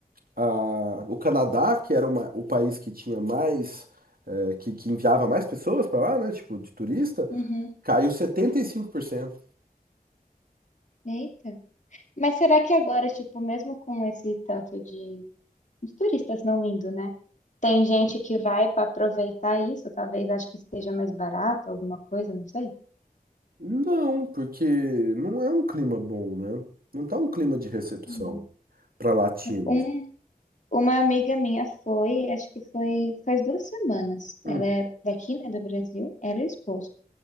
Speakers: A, on the right; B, on the left.
A: a, o Canadá, que era uma- o país que tinha mais, eh, que, que enviava mais pessoas para lá, né, tipo, de turista,
B: Uhum.
A: caiu setenta e cinco por cento
B: Eita. Mas será que agora, tipo, mesmo com esse tanto de, de turistas não indo, né? Tem gente que vai para aproveitar isso, talvez acho que esteja mais barato, alguma coisa, não sei.
A: Não, porque não é um clima bom, né? Não tá um clima de recepção
B: Hum.
A: para latinos.
B: Um, uma amiga minha foi, acho que foi faz duas semanas.
A: Hum,
B: Ela é daqui, né, do Brasil. Ela e o esposo.